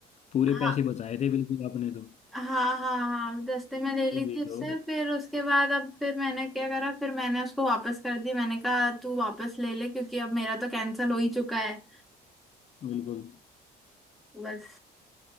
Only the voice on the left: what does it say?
पूरे
पैसे बचाए थे बिल्कुल आपने तो
अभी
तो
बिल्कुल